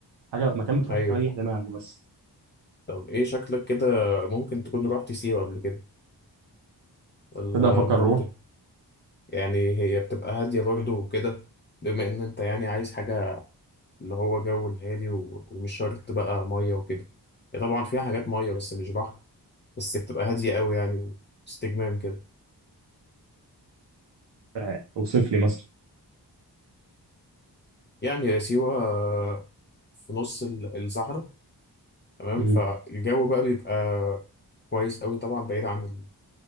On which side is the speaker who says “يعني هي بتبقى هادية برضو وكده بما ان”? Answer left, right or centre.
Left